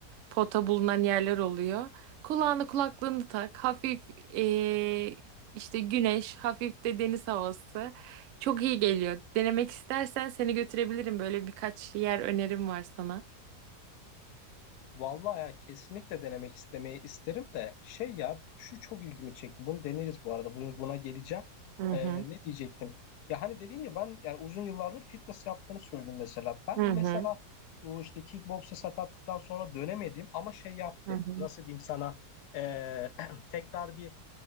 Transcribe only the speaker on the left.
vallahi ya kesinlikle denemek istemeyi isterim de şey ya şu çok ilgimi çekti bunu deneriz bu arada bunu, buna geleceğim
E,
ne diyecektim ya hani dedin ya ben yani uzun yıllardır fitness yaptığını söyledim mesela ben
mesela
bu işte kickboksa sakatlıktan sonra dönemedim ama şey yaptım
nasıl diyeyim sana e, <clears throat> tekrar bir